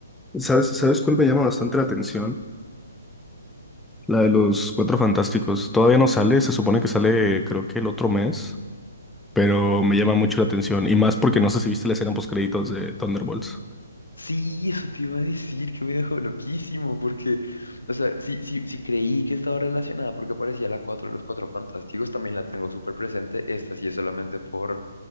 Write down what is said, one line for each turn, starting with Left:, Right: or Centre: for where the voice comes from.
Centre: ¿Sabes, sabes cuál me llama bastante la atención? La de los Cuatro Fantásticos. Todavía no sale, se supone que sale creo que el otro mes. pero me llama mucho la atención. Y más porque no sé si viste la escena post créditos de Thunderbolts.
Left: Sí, eso te iba a decir que me dejó loquísimo, porque, o sea, sí, sí, sí creí que estaba relacionada porque aparecía la 4, de los Cuatro Fantásticos, también la tengo súper presente, esta sí es solamente por